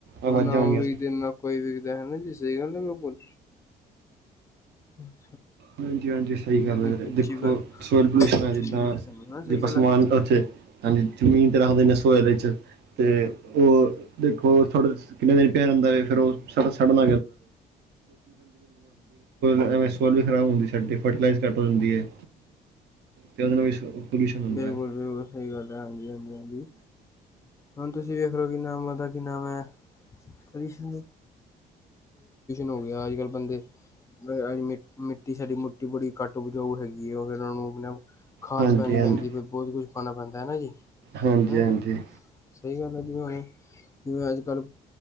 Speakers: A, on the right; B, on the left.
A: ਆਵਾਜ਼ਾਂ
B: ਉਹੁ ਨਾ ਉਹ
A: ਆਉਂਦੀਆਂ
B: ਵਿਕਦੇ
A: ਸੀ
B: ਨਾ ਕੋਈ ਵਿਕਦਾ, ਹਨਾ ਜੀ ਸਹੀ ਗੱਲ ਹੈ ਬਿਲਕੁਲ ਹੂੰ।
A: ਹਾਂਜੀ-ਹਾਂਜੀ ਸਹੀ ਗੱਲ ਐ ਵੀਰੇ,
B: ਪੰਛੀ
A: ਦੇਖੋ
B: ਵਗੈਰਾ
A: ਸੋਇਲ ਪੋਲਿਊਸ਼ਨ
B: ਕੋਈ
A: ਹੈ
B: ਕੁਛ
A: ਜਿੱਦਾਂ
B: ਨੀ ਵਿਕਦਾ ਸਾਨੂੰ ਹਨਾ ਸਹੀ
A: ਪਸਮਾਨ
B: ਗੱਲ ਹੈ
A: ਉੱਥੇ ਹਾਂਜੀ ਜ਼ਮੀਨ ਤੇ ਰੱਖਦੇ ਨੇ ਸੋਇਲ ਚ ਤੇ ਉਹ ਦੇਖੋ ਥੋੜਾ ਕਿੰਨੇ ਦਿਨ ਪਿਆ ਰਹਿੰਦਾ ਫਿਰ ਉਹ ਸ ਸੜਨ <unintelligible> ਐਵੇਂ ਸੋਈਲ ਖ਼ਰਾਬ ਹੁੰਦੀ ਸਾਡੀ, ਫਰਟੀਲਾਈਜ਼ ਘੱਟ ਹੋ ਜਾਂਦੀ ਏ ਤੇ ਉਹਦੇ ਨਾਲ ਵੀ ਪੋਲਿਊਸ਼ਨ ਹੁੰਦਾ
B: ਬਿਲਕੁਲ-ਬਿਲਕੁਲ
A: ਹੈ
B: ਸਹੀ ਗੱਲ ਐ, ਹਾਂਜੀ, ਹਾਂਜੀ, ਹਾਂਜੀ। ਹੁਣ ਤੁਸੀਂ ਵੇਖ ਲੋ ਕਿ ਨਾਮ ਮਤਲ ਕਿ ਨਾਮ ਐ <unintelligible> ਪੋਲਿਊਸ਼ਨ ਹੋ ਗਿਆ ਅੱਜ ਕੱਲ੍ਹ ਬੰਦੇ <unintelligible> ਮਿੱਟੀ ਸਾਡੀ ਮਿੱਟੀ ਬੜੀ ਘੱਟ ਉਪਜਾਊ ਹੈਗੀ ਆ, ਉਹਨਾਂ ਨੂੰ ਖਾਦ
A: ਹਾਂਜੀ
B: ਪੈਣੀ
A: ਹਾਂਜੀ
B: ਪੈਂਦੀ ਬਹੁਤ ਕੁਛ ਪਾਉਣਾ ਪੈਂਦਾ ਹਨਾ ਜੀ,
A: ਹਾਂਜੀ
B: ਹਨਾ
A: ਹਾਂਜੀ
B: ਜੀ। ਸਹੀ ਗੱਲ ਐ ਜਿਵੇਂ ਹੁਨ ਜਿਵੇਂ ਅੱਜ ਕੱਲ੍ਹ